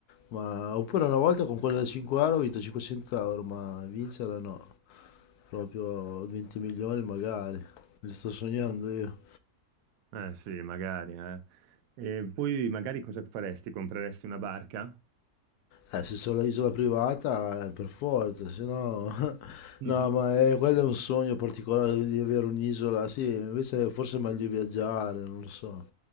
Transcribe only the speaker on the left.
ma... Oppure una volta con quello da 5 euro ho vinto 500 euro, ma vincere no. Proprio 20 milioni magari, me li sto sognando io.
Eh, se sono l'isola privata, eh, per forza, se no... <laughs>
No, ma è, quello è un sogno particolare di avere un'isola, sì, invece forse è meglio viaggiare, non lo so.